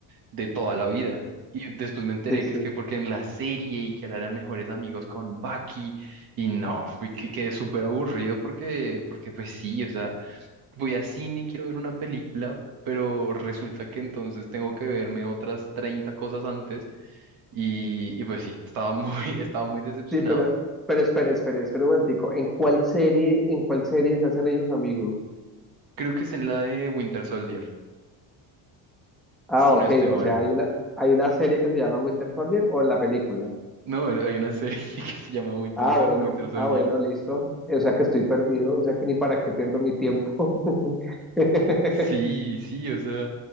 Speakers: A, on the right; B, in the centre.
A: de toda la vida. Y después me enteré
B: Sí, sí.
A: que es que porque en la serie y que ahora eran mejores amigos con Bucky y no, fui que quedé súper aburrido porque, porque pues sí, o sea, voy a cine y quiero ver una película, pero resulta que entonces tengo que verme otras 30 cosas antes y, y pues sí, estaba muy, <laughs> estaba muy decepcionado.
B: Sí, pero, pero espere, espere, espere un momentico. ¿En cuál serie, en cuál serie se hacen ellos amigos?
A: Creo que es en la de Winter Soldier,
B: Ah,
A: si
B: ok,
A: no estoy mal.
B: o sea, hay una, hay una serie que se llama Winter Soldier o en la película.
A: No, hay hay una serie <laughs> que se llama Winter,
B: Ah,
A: Sol-
B: bueno,
A: Winter Soldier.
B: ah, bueno, listo. O sea que estoy perdido, o sea que ni para qué pierdo mi tiempo. <laughs>
A: Sí, sí, o sea,